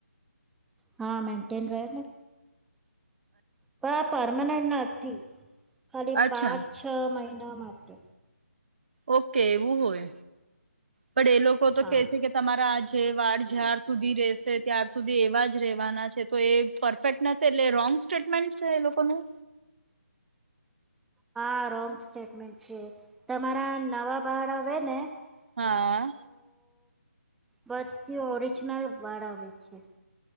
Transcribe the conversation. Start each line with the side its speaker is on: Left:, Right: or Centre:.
Centre: હા મેનન્ટેન રહે પર આ પરમાનેન્ટના નથી ખાલી
Right: અચ્છા
Centre: પાંચ છ મહિના ના માટે
Right: ઓકે એવું હોય. પડ એ લોકો તો
Centre: હા
Right: કે છે કે તમારા આ જેે વાળ જ્યાર સુધી રેશે ત્યાર સુધી એવા જ રેવાના છે તો એ પરફેક્ટ નથી એટલે રોંગ સ્ટેટમેન્ટ છે એ લોકોનું.
Centre: હા રોન્ગ સ્ટેટમેન્ટ છે. તમારા નવા બાર આવે ને.
Right: હા.
Centre: બંઘી ઓરિજનલ વાળ આવે છે.